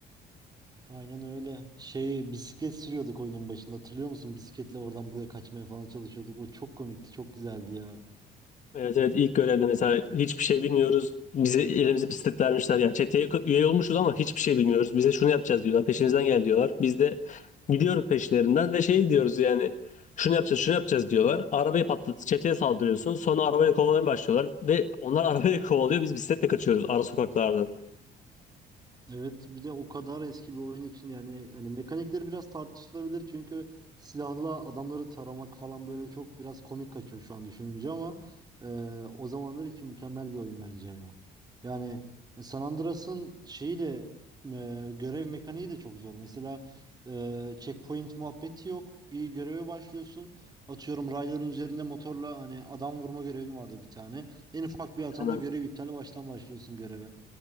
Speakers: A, on the right; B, on the left.
A: Aynen öyle. Şey bisiklet sürüyorduk oyunun başında hatırlıyor musun? Bisikletle oradan buraya kaçmaya falan çalışıyorduk. O çok komikti, çok güzeldi ya.
B: Evet evet ilk görevde mesela hiçbir şey bilmiyoruz. Bize elimize bisiklet vermişler. Yani çeteye k- üye olmuşuz ama hiçbir şey bilmiyoruz. Bize şunu yapacağız diyorlar. Peşimizden gel diyorlar. Biz de gidiyoruz peşlerinden ve şey diyoruz yani şunu yapacağız şunu yapacağız diyorlar. Arabayı patlat çeteye saldırıyorsun. Sonra arabayla kovalamaya başlıyorlar ve onlar <laughs> arabayla kovalıyor. Biz bisikletle kaçıyoruz ara sokaklardan.
A: Evet bir de o kadar eski bir oyun için yani hani mekanikleri biraz tartışılabilir çünkü silahla adamları taramak falan böyle çok biraz komik kaçıyor şu an düşününce ama e, o zamanlar için mükemmel bir oyun bence ya. Yani e, San Andreas'ın şeyi de e, görev mekaniği de çok zor. Mesela e, checkpoint muhabbeti yok. Bir göreve başlıyorsun. Atıyorum rayların üzerinde motorla hani adam vurma görevin vardı bir tane. En ufak bir hatanda
B: Hemen.
A: görev iptal baştan başlıyorsun göreve.